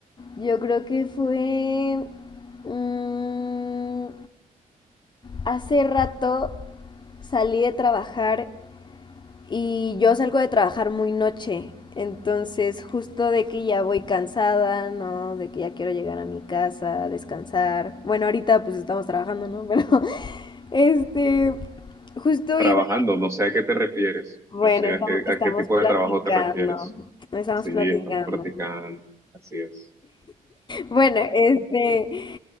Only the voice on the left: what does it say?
yo creo que fue mm, hace rato salí de trabajar y yo salgo de trabajar muy noche, entonces justo de que ya voy cansada, ¿no? De que ya quiero llegar a mi casa, descansar. Bueno, ahorita pues estamos trabajando, ¿no? Pero <laughs> este, justo
iba...
Bueno,
estamos,
estamos
platicando,
estamos
platicando.
Bueno, este,